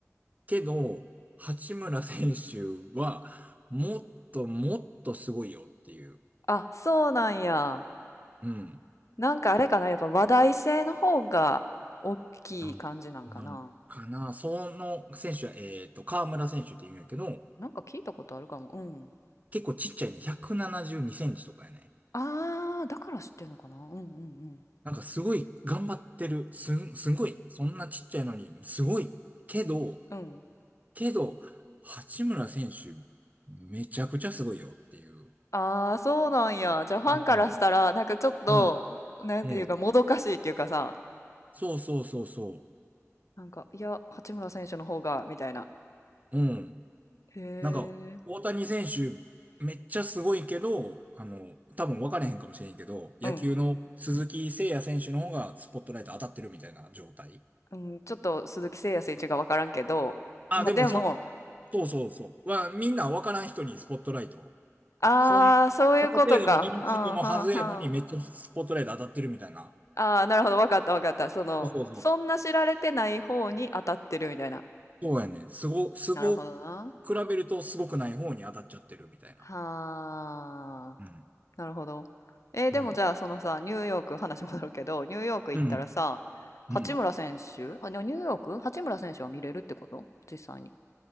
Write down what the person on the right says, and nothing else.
けど、八村選手は、もっともっとすごいよっていう、
うん、
なん、なんかな。その選手は、えっと、河村選手って言うんやけど、
結構ちっちゃいね。172センチとかやね。
なんかすごい頑張ってる。すん、すごい。そんなちっちゃいのに、すごい。けど、
けど、八村選手、めちゃくちゃすごいよっていう。
うん。
うん。
うん。
そうそうそうそ
う。うん。
なんか、大谷選手、めっちゃすごいけど、あの、多分分かれへんかもしれんけど、
野球の鈴木誠也選手の方がスポットライト当たってるみたいな状態。
あ、
でもそん、
そうそうそう。は、みんな分からん人にスポットライト。
そん、
その程度の認知度のはずやのに、
めっちゃスポットライト当たってるみたいな。
そうそう
そうやね。すご、すご、
比べるとすごくない方に当たっちゃってるみたいな。
うん。
うん。
うん。
うん。